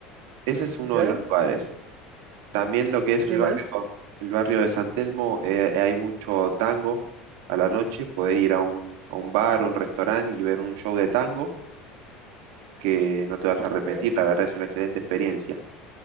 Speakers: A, on the right (about 75°); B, on the right (about 40°).
A: Ese es uno
B: ¿ya?
A: de los lugares. También lo que es
B: ¿Qué
A: el barrio,
B: más?
A: el barrio de San Telmo, eh, hay mucho tango a la noche. Podés ir a un, a un bar o un restaurante y ver un show de tango que no te vas a arrepentir.
B: ¿Ya?
A: La verdad es una excelente experiencia.